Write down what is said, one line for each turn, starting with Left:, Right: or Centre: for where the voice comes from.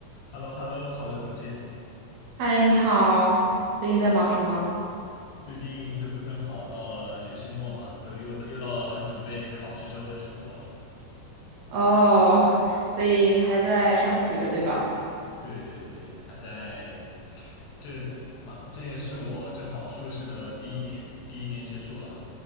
Left: Hello Hello，好久不见。
Right: 嗨，你好，最近在忙什么？
Left: 最近这不正好到了学期末嘛，都又又到了准备考试周的时候了。
Right: 哦，所以你还在上学，对吧？
Left: 对对对，还在这嘛，这也是我正好硕士的第一年，第一年结束了。